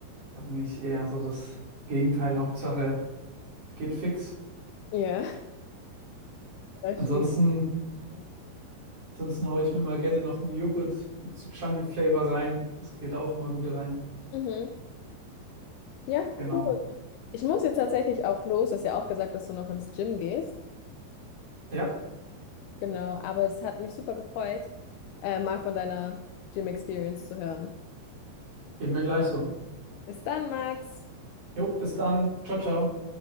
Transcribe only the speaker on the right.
Da bin ich eher so das Gegenteil. Hauptsache, es geht fix.
Ansonsten,
ansonsten haue ich mir mal gerne noch einen Joghurt mit so Chunky Flavor rein. Das geht auch immer gut rein.
Genau.
Ja,
geht mir gleich so.
Jo, bis dann. Ciao, ciao.